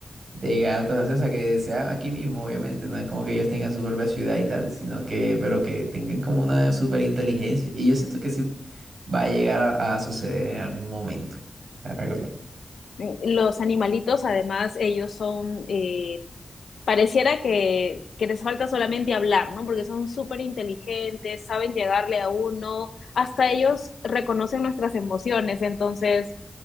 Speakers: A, on the right (about 80°); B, on the left (about 85°).
A: de gatos, así, o sea, que sea aquí mismo, obviamente, no es como que ellos tengan su propia ciudad y tal, sino que, pero que tengan como una super inteligencia. Y yo siento que sí va a llegar a, a suceder en algún momento, la verdad.
B: Los animalitos, además, ellos son eh, pareciera que, que les falta solamente hablar, ¿no? Porque son súper inteligentes, saben llegarle a uno, hasta ellos reconocen nuestras emociones, entonces,